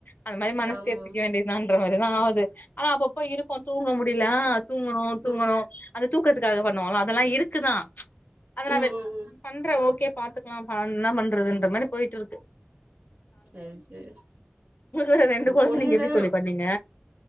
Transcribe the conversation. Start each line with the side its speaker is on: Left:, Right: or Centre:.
Left: அது மாதி மனச
Right: ஆமாம்
Left: தேத்திக்க வேண்டி தான்ற மாரிதா ஆவுது ஆனா அப்பப்போ இருக்கு தூங்க முடில ஆ தூங்கணு தூங்கணு
Right: ம்
Left: அந்த தூக்கத்துக்காக பண்ணுவோலா அதெல்லா இருக்குதா அத
Right: ம்
Left: நா
Right: ம் ம்
Left: பண்ற ஓகே பாத்துக்கலா ப என்ன பண்றதுன்ற மாரி போய்ட்ருக்கு
Right: சரி சரி
Left: வேற ரெண்டு கொழந்த
Right: பொண்ணுதா
Left: நீங்க எப்டி தோழி பண்ணீங்க